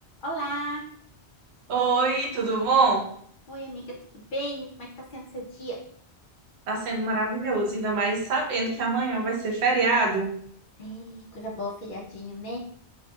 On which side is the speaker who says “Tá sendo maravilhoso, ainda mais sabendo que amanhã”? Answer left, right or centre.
Right